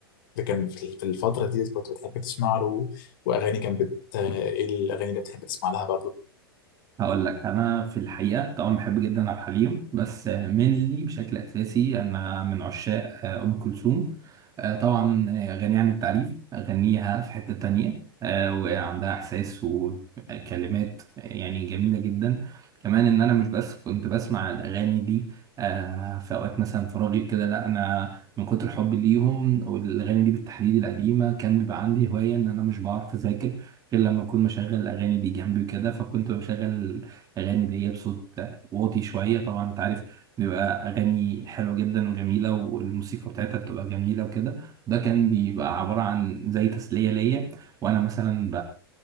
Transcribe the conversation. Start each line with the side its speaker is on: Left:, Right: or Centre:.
Left: اللي كان في في الفترة دي كنت بتحب تسمع له وأغاني كان بت إيه الأغاني اللي بتحب تسمع لها برضو؟
Right: هقول لك انا في الحقيقه طبعا بحب جدا عبد الحليم بس منلي بشكل اساسي انا من عشاق آه، ام كلثوم آه، طبعا آه، غنية عن التعريف اغنيها في حته تانية آه، وعندها احساس وكلمات آه، يعني جميله جدا كمان ان انا مش بس كنت بسمع الاغاني دي آه، في اوقات مثلا فراغي كده لا انا من كتر حبي ليهم والاغاني دي بالتحديد القديمه كان بيبقى عندي هوايه ان انا مش بعرف اذاكر غير لما اكون مشغل الاغاني دي جنبي وكده فكنت بشغل الاغاني دي بصوت واطي شويه طبعا انت عارف بيبقى اغاني حلوه جدا وجميله والموسيقى بتاعتها بتبقى جميله وكده ده كان بيبقى عباره عن زي تسليه ليا وانا مثلا